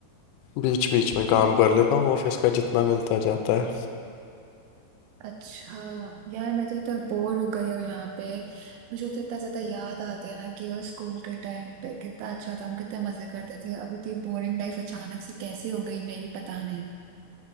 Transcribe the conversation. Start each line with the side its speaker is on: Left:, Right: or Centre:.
Left: बीच बीच में काम
Right: हम्म,
Left: कर लेता हूँ ऑफिस का जितना मिलता जाता है
Right: अच्छा यार मैं तो इतना बोर हो गई हूँ यहाँ पे मुझे तो इतना ज्यादा याद आते हैं ना कि वो स्कूल के टाइम पे कितना अच्छा था हम कितने मजे करते थे अब इतनी बोरिंग लाइफ अचानक से कैसी हो गई मेरी पता नहीं